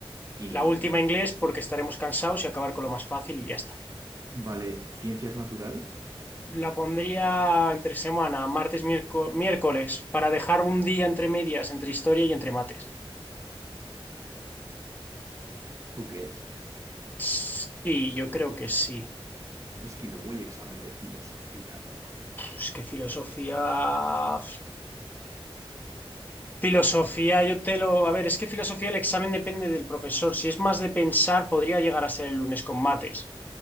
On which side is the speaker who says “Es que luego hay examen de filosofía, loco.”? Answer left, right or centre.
Right